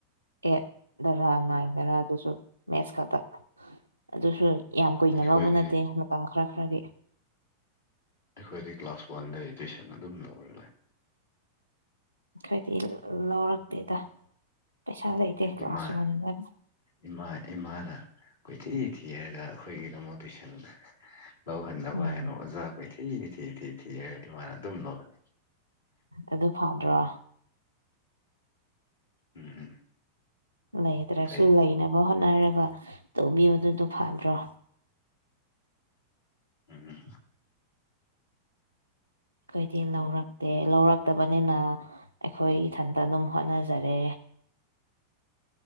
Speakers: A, on the right; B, on the left.
A: ꯑꯦꯠ ꯗꯔꯥ ꯅꯥꯏꯟꯗꯔꯥ ꯑꯗꯨꯁꯨ ꯃꯦꯠꯁ ꯈꯛꯇ ꯑꯗꯨꯁꯨ ꯌꯥꯝ ꯀꯨꯏꯅ
B: ꯑꯩꯈꯣꯏꯗꯤ
A: ꯂꯧꯕ ꯅꯠꯇꯦ ꯃꯇꯝ ꯈꯔ ꯈꯔꯒꯤ
B: ꯑꯩꯈꯣꯏꯗꯤ ꯀ꯭ꯂꯥꯁ ꯋꯥꯟꯗꯩ ꯇꯨꯏꯁꯟ ꯑꯗꯨꯝ ꯂꯧꯔ ꯂꯩ
A: ꯈꯣꯏꯗꯤ ꯂꯧꯔꯛꯇꯦꯗ ꯄꯩꯁꯥ ꯂꯩꯇꯦ
B: ꯏꯃꯥ
A: ꯀ꯭ꯂꯥꯁ ꯂꯧꯅꯤꯡꯉꯥꯢ
B: ꯏꯃꯥ ꯏꯃꯥꯅ ꯀꯣꯏꯊꯤ ꯊꯤꯔꯒ ꯑꯩꯈꯣꯏꯒꯤꯗꯃꯛ ꯇꯨꯏꯁꯟ ꯂꯧꯍꯟꯅꯕ
A: ꯎꯝ
B: ꯍꯥꯏꯅ ꯑꯣꯖꯥ ꯀꯣꯏꯊꯤ ꯊꯤ ꯊꯤ ꯊꯤꯔꯒ ꯏꯃꯥꯅ ꯑꯗꯨꯝ ꯂꯧꯍꯟꯂꯤ
A: ꯑꯗꯨ ꯐꯗ꯭ꯔꯣ
B: ꯎꯝ
A: ꯂꯩꯗ꯭ꯔꯁꯨ
B: ꯐꯩ
A: ꯂꯩꯅꯕ ꯍꯣꯠꯅꯔꯒ ꯇꯧꯕꯤꯌꯣ ꯑꯗꯨꯗꯣ ꯐꯗ꯭ꯔꯣ
B: ꯎꯝ ꯎꯝ
A: ꯈꯣꯢꯗꯤ ꯂꯧꯔꯛꯇꯦ ꯂꯧꯔꯛꯇꯕꯅꯤꯅ ꯑꯩꯈꯣꯏ ꯏꯊꯟꯇ ꯑꯗꯨꯝ ꯍꯣꯠꯅꯖꯔꯦ